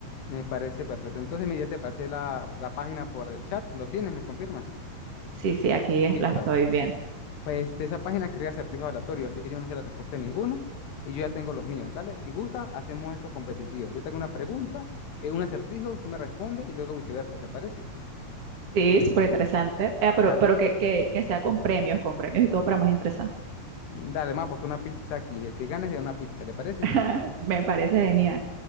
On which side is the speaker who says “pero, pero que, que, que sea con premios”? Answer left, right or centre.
Right